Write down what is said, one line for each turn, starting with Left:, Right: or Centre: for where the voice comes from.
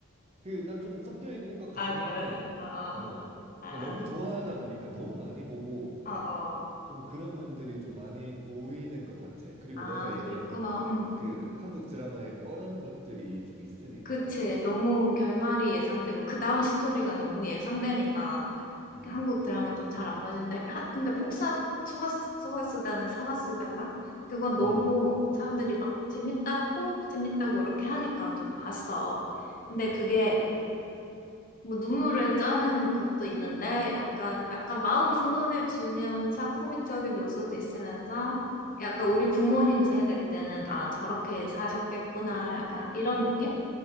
Right: 그 나 좀 섞여 있는 것 같긴
Left: 아, 그래.
Right: 한데
Left: 어, 어.
Right: 어
Left: 아,
Right: 그러니까 너무 좋아하다 보니까 너무 많이 보고
Left: 어, 어.
Right: 좀 그런 면들이 좀 많이 보이는 것 같아. 그리고
Left: 아,
Right: 너가 얘기한
Left: 그랬구나. 음.
Right: 그 한국 드라마에 뻔하는 것들이 좀 있으니까
Left: 그치. 너무 결말이 예상되고, 그 다음 스토리가 너무 예상되니까
Right: 음
Left: 한국 드라마 좀 잘 안 봐지는데. 하- 근데 폭삭, 소가스, 소가다는 사가수단가 그건 너무
Right: 음
Left: 사람들이 막 재밌다고, 재밌다고 이렇게 하니까 좀 봤어.
Right: 어
Left: 근데 그게
Right: 어
Left: 뭐 눈물을 짜는 것도 있는데, 약간, 약간
Right: 어
Left: 마음 훈훈해지면서 코믹적인 요소도 있으면서, 약간
Right: 음
Left: 우리 부모님 세대 때는 아, 저렇게 사셨겠구나. 약간 이런 느낌?